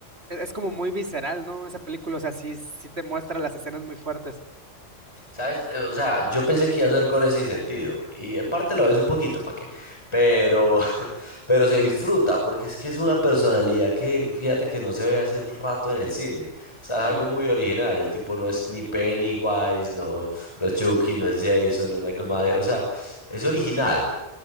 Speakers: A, on the right; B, on the left.
A: es como muy visceral, ¿no? Esa película, o sea, sí, sí te muestra las escenas muy fuertes.
B: ¿Sabes? Eh, O sea, yo pensé que iba a ser gore sin sentido. Y en parte lo es un poquito, ¿para qué? Pero, <laughs> pero se disfruta, porque es que es una personalidad que, fíjate que no se ve hace rato en el cine. O sea, es algo
A: Mm.
B: muy original. El tipo no es ni Pennywise, no, no es Chucky, no es Jason, no es Michael Myers. O sea, es original.